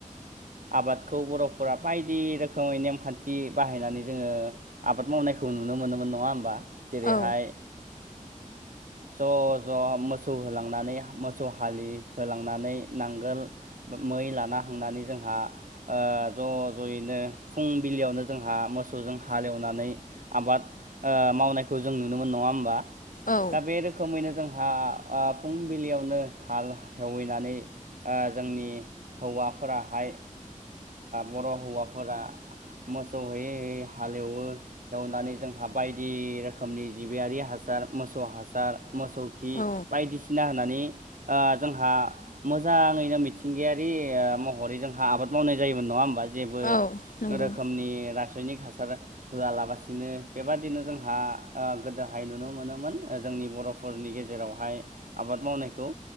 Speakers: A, on the right; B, on the left.
A: आबादखौ बर'फोरा बायदि रोखोमै नेमखान्थि बाहायनानै जोङो। आबाद मावनायखौ नुनो मोनोमोन नङा होमबा जेरैहाय।
B: औ
A: ज' ज' मोसौ होलांनानै मोसौ हलि होलांनानै नांगोल। मै लाना हांनानै जोंहा। ज' ज'यैनो फुंबिलियावनो जोंहा मोसौजों हालेवनानै। आबाद मावनायखौ जों नुनो मोन नङा होमबा
B: औ
A: दा बे रोखोम। रोखोमैनो जोंहा फुंबिलियावनो हाल हेवैनानै जोंनि। हौवाफोराहाय बर' हौवाफोरा। मोसौ होयै होयै हालेवो। एवनानै जोंहा बायदि रोखोमनि जिबियारि हासार मोसौ हासार मोसौ।
B: औ
A: बायदिसिना होननानै जोंहा मोजाङैनो मिथि। सिथिंगायारि महरै जोंहा आबाद मावनाय जायोमोन नङा होमबा जेबो
B: औ नंगौ
A: रोखोमनि रासायनिक हासार होआलाबासिनो बेबादिनो जोंहा गोदोहाय नुनो मोनोमोन जोंनि बर'। फोरनि गेजेरावहाय आबाद मावनायखौ